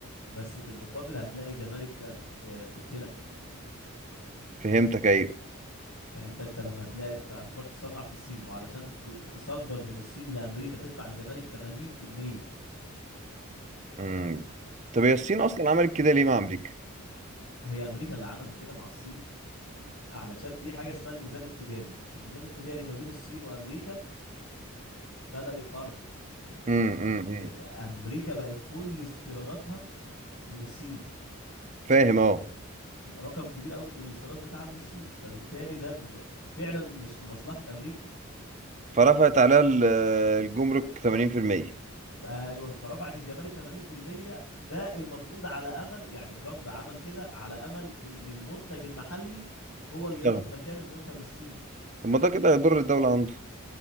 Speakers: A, on the left; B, on the right.
A: بس في المقابل هتلاقي جمارك هت- تقتلك
B: فهمتك ايوه
A: يعني انت انت لما تلاقي هتروح تصنع في الصين وعلشان ت- تصدر من الصين لامريكا تدفع الجمارك 80%
B: امم طب هي الصين اصلا عملت كده ليه مع امريكا
A: هي امريكا اللي عملت كده مع الصين علشان في حاجه اسمها الميزان التجاري الميزان التجاري ما بين الصين وامريكا بدأ يخرف
B: امم امم
A: ان
B: أمم.
A: امريكا بقت كل استيراداتها من الصين
B: فاهم اه
A: رقم كبير قوي من الاستيراد بتاعها من الصين فبالتالي ده ب... فعلا مش في مصلحة امريكا
B: فرفعت عليها ال- الجمرك 80%
A: بقى ايوه فرفعت الجمارك 80% ده المفروض على امل يعني ترامب عمل كده على امل ان المنتج المحلي هو اللي ياخد
B: طب
A: مكان المنتج الصيني
B: ما ده كده هيضر الدوله عنده